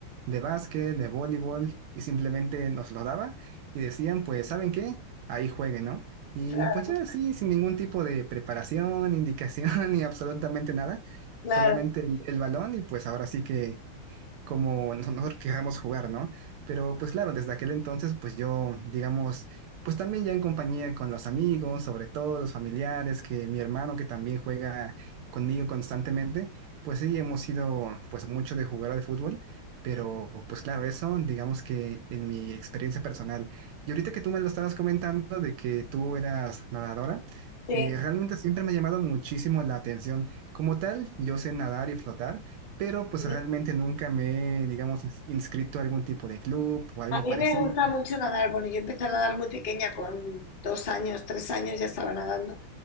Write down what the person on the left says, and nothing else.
claro,
claro,
sí,
sí.
A mí
me gusta mucho nadar. Bueno, yo empecé a nadar muy pequeña, con dos años, tres años ya estaba nadando.